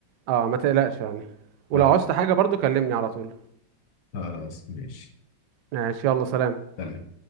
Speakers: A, on the right (about 70°); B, on the left (about 65°).
A: اه ما تقلقش يعني ولو
B: خلاص
A: عوزت حاجه برضو كلمني على طول
B: خلاص ماشي
A: ماشي يلا سلام
B: سلام